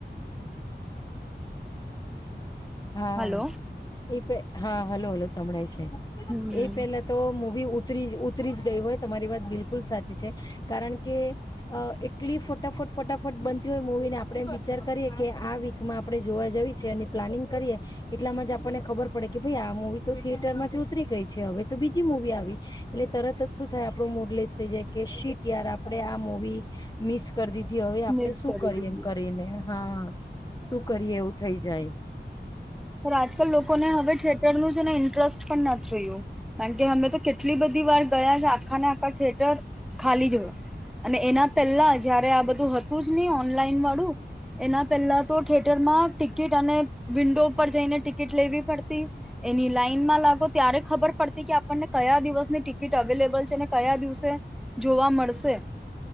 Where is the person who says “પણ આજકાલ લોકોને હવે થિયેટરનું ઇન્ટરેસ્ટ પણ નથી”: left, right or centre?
Centre